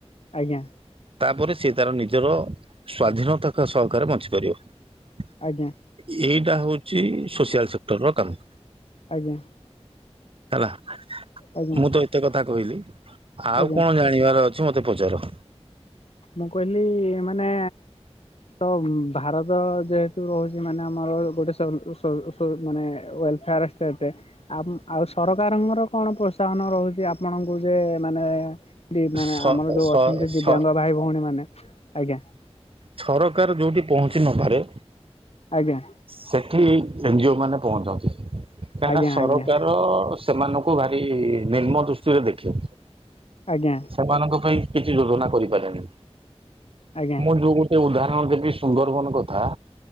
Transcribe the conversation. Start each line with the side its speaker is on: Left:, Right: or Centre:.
Left: ଆଜ୍ଞା।
Right: ତାପରେ ସେ ତାର ନିଜର ସ୍ୱାଧୀନତା ସହକାରେ ବଞ୍ଚିପାରିବ।
Left: ଆଜ୍ଞା।
Right: ଏଇଟା ହଉଛି ସୋସିଆଲ ସେକ୍ଟରର କାମ।
Left: ଆଜ୍ଞା।
Right: ହେଲା
Left: ଆଜ୍ଞା
Right: ମୁଁ ତ ଏତେ କଥା କହିଲି ଆଉ
Left: ଆଜ୍ଞା
Right: କଣ ଜାଣି ଜାଣିବାର ଅଛି ମତେ ପଚାର।
Left: ମୁଁ କହିଲି ମାନେ ତ ଭାରତ ଯେହେତୁ ରହୁଛି ମାନେ ଆମର ଗୋଟେ ସୋଲ-ସୋଲ ସୋ ମାନେ ୱେଲଫେୟାର ସେଟେ ଆଉ ଆଉ ସରକାରଙ୍କର କଣ ପ୍ରୋତ୍ସାହନ ରହୁଛି ଆପଣଙ୍କୁ ଯେ ମାନେ ଦି ମାନେ
Right: ସ
Left: ଆମର ଯୋଉ
Right: ସ
Left: ଅଛନ୍ତି ଦିବ୍ୟାଙ୍ଗ
Right: ସ
Left: ଭାଇ ଭଉଣୀ ମାନେ ଆଜ୍ଞା।
Right: ସରକାର ଯୋଉଠି ପହଞ୍ଚି ନପାରେ
Left: ଆଜ୍ଞା।
Right: ସେଠି ଏନଜିଓ ମାନେ ପହଞ୍ଚନ୍ତି କାହିଁକିନା
Left: ଆଜ୍ଞା
Right: ସରକାର
Left: ଆଜ୍ଞା
Right: ସେମାନଙ୍କୁ ଭାରି ନିମ୍ନ ଦୃଷ୍ଟିରେ ଦେଖେ।
Left: ଆଜ୍ଞା।
Right: ସେମାନଙ୍କ ପାଇଁ କିଛି ଯୋଜନା କରିପାରେନି।
Left: ଆଜ୍ଞା।
Right: ମୁଁ ଯୋଉ ଗୋଟେ ଉଦାହରଣ ଦେବି ସୁନ୍ଦରବନ କଥା।